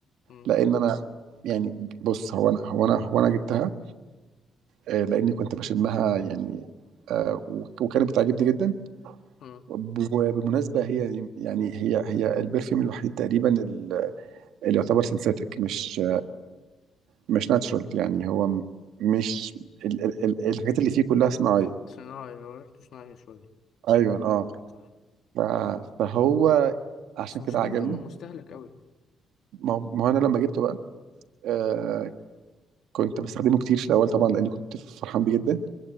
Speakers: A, on the left (about 65°); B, on the right (about 85°).
A: مم،
B: لان انا يعني بص هو انا هو انا هو انا جبتها آه، لاني كنت بشمها يعني آه، وك- وكانت بتعجبني جدا
A: مم.
B: وبالمناسبة هي يعني هي هي البرفيوم الوحيد تقريبا ال- اللي يعتبر سينثيتك مش مش ناتشرال يعني هو م- مش ال ال ال الحاجات اللي فيه كلها صناعية
A: صناعي هو ريحته صناعي شوية
B: ايوه اه
A: صح
B: ف- فهو عشان
A: بس مشكلته
B: كده عجبني
A: انه مستهلك قوي
B: ما هو ما هو انا لما جبته بقى آه كنت بستخدمه كتير في الاول طبعا لان كنت فرحان بيه جدا